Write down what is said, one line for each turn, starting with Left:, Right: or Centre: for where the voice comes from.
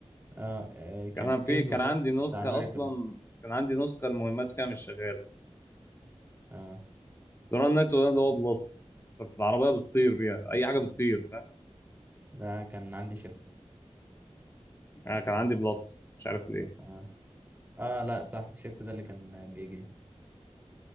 Right: اه آه، كان
Left: كان
Right: في
Left: في
Right: زرار
Left: كان عندي نسخة
Right: بتاع نايترو
Left: أصلا كان عندي نسخة المهمات فيها مش شغالة
Right: اه
Left: زرار النت ده اللي هو بلس كانت العربية بتطير بيها أي حاجة بتطير فاهم
Right: ده كان عندي شيفت
Left: أنا كان عندي بلس مش عارف ليه
Right: اه اه لا صح الشيفت ده اللي كان بيجري